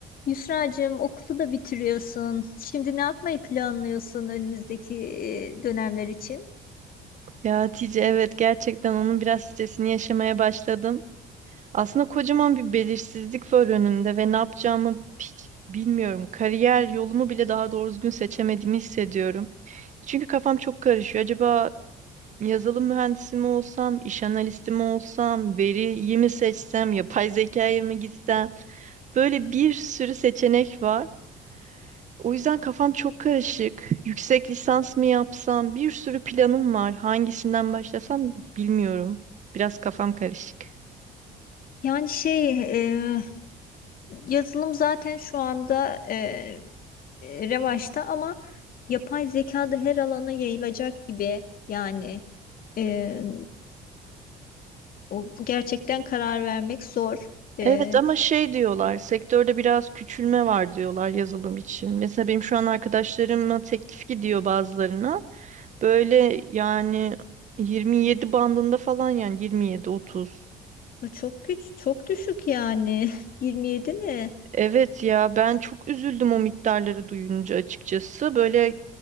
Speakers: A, on the left; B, on the right.
A: Yusra'cığım okulu da bitiriyorsun. Şimdi ne yapmayı planlıyorsun önümüzdeki e, dönemler için?
B: Ya Hatice evet gerçekten onun biraz stresini yaşamaya başladım. Aslında kocaman bir belirsizlik var önümde ve ne yapacağımı hiç bilmiyorum. Kariyer yolumu bile daha doğru düzgün seçemediğimi hissediyorum. Çünkü kafam çok karışıyor. Acaba yazılım mühendisi mi olsam, iş analisti mi olsam, veriyi mi seçsem, yapay zekaya mı gitsem? Böyle bir sürü seçenek var. O yüzden kafam çok karışık. Yüksek lisans mı yapsam? Bir sürü planım var. Hangisinden başlasam bilmiyorum. Biraz kafam karışık.
A: Yani şey e, yazılım zaten şu anda e, e, revaçta ama yapay zeka da her alana yayılacak gibi. Yani e, o gerçekten karar vermek zor. E,
B: Evet ama şey diyorlar, sektörde biraz küçülme var diyorlar yazılım için. Mesela benim şu an arkadaşlarıma teklif gidiyor bazılarına. Böyle yani 27 bandında falan yani 27-30.
A: o çok güç, çok düşük yani. <laughs> 27 ne?
B: Evet ya ben çok üzüldüm o miktarları duyunca açıkçası. Böyle